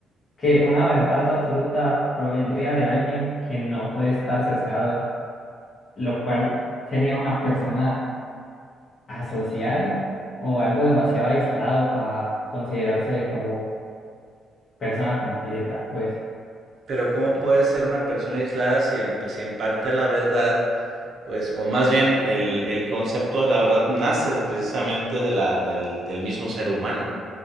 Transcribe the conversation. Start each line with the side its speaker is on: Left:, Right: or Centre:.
Left: que una verdad absoluta provendría de alguien que no puede estar sesgado, lo cual sería una persona asocial o algo demasiado aislado para considerarse como persona completa, pues.
Right: Pero ¿cómo puede
Left: En-
Right: ser una persona aislada si en, si en parte la verdad, pues, o más bien el, el concepto de la verdad nace precisamente de la, del, del mismo ser humano,